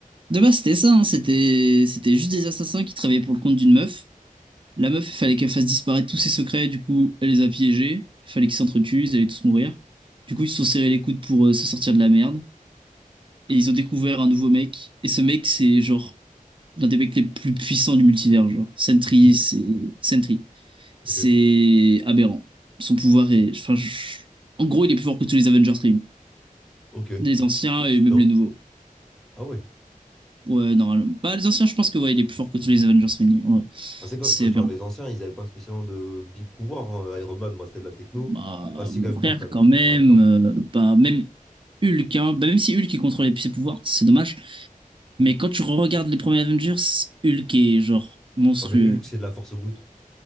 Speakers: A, on the right; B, in the centre.
A: de base c'était ça. hein. C'était, c'était juste des assassins qui travaillaient pour le compte d'une meuf. La meuf, il fallait qu'elle fasse disparaître tous ses secrets. Du coup, elle les a piégés. Il fallait qu'ils s'entretuent. Ils allaient tous mourir. Du coup, ils se sont serrés les coudes pour euh, se sortir de la merde. Et ils ont découvert un nouveau mec. Et ce mec, c'est genre l'un des mecs les plus puissants du multivers. Genre Sentry,
B: C'est qui?
A: c'est Sentry, c'est
B: Ok,
A: aberrant. Son pouvoir est, enfin, je- en gros, il est plus fort que tous les Avengers réunis,
B: ok,
A: les anciens et
B: putain.
A: même les nouveaux.
B: Ah ouais.
A: Ouais, normalement. Bah, les anciens, je pense que ouais, il est plus fort que tous les Avengers réunis. ouais.
B: Ah, c'est quand,
A: C'est
B: quand tu
A: bien.
B: regardes les anciens, ils avaient pas spécialement de big pouvoir. hein. Iron Man, moi, c'était de la techno.
A: Bah,
B: Ah, si,
A: mon
B: quand même,
A: frère,
B: Thor, quand même.
A: quand même.
B: Bah, Thor.
A: euh, bah, même Hulk, hein. Bah, même si Hulk il contrôlait ses pouvoirs, c'est dommage. Mais quand tu regardes les premiers Avengers, Hulk est genre monstrueux.
B: Ouais, mais Hulk, c'est de la force brute,